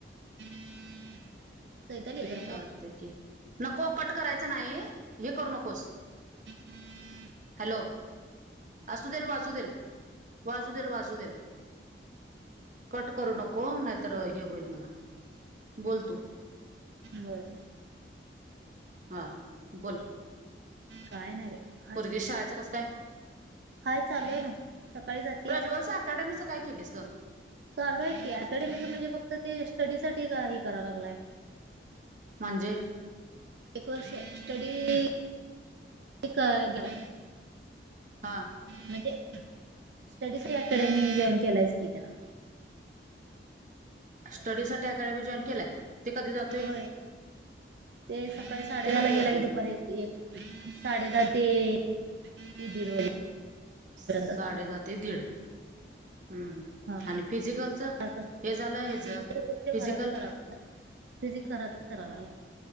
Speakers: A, on the right; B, on the right.
A: हम् <inaudible> चैताली जरा.
B: चालते की नको कट करायचं नाही हे करू नकोस.
A: ह <inaudible>
B: हॅलो असू देल वाजू देल वाजू देल वाजू देल. कट करू नको नाहीतर हे होईल मला बोलतू.
A: बर.
B: हा बोल.
A: काय नाही बाय.
B: पोरगीच्या शाळेयचा कस काय.
A: हाय चालू हाय ना. सकाळी जात''--''
B: प्रज्वल अकॅडमीचं काय केलेस ग.
A: चालू आहे की अकॅडमीच म्हणजे फक्त ते स्टडी साठी का हे करा लागलाय.
B: म्हणजे.
A: एक वर्ष स्टडी का ग.
B: हां,
A: म्हणजे स्टडीज अकॅडमीने जॉईन केलाइज कि त्यांना.
B: स्टडी साठी अकॅडमी जॉईन केलाय. ते कधी जातोय
A: होय ते सकाळी साडे
B: ते
A: दहा
B: कधी
A: ला
B: जातोय
A: गेला ग
B: मग
A: दुपारी येतोय. एक साडे दहा ते दीड वाजेपर्यंत.
B: साडे
A: असते.
B: दहा ते दीड हम्म हम्म.
A: हा
B: आणि फिजिकलचं
A: तेसते
B: हे झालं हेच फिजिकल
A: घराच कराग <unintelligible> फिजिक घरातच करा लागला.